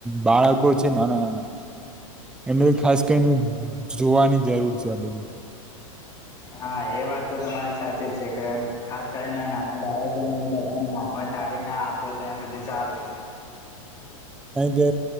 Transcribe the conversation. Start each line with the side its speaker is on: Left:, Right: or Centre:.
Centre: બાળક લોકો છે નાના નાના એમને ખાસ કરીને જોવાની જરૂર છે આ બધું.
Left: હા એ વાત તો તમારી સાચી જ છે કે ખાસ કરીને નાના બાળકોને બધા પણ હાથમાં ચાવી ના આપતો ત્યાં સુધી સારું.
Centre: કાર કે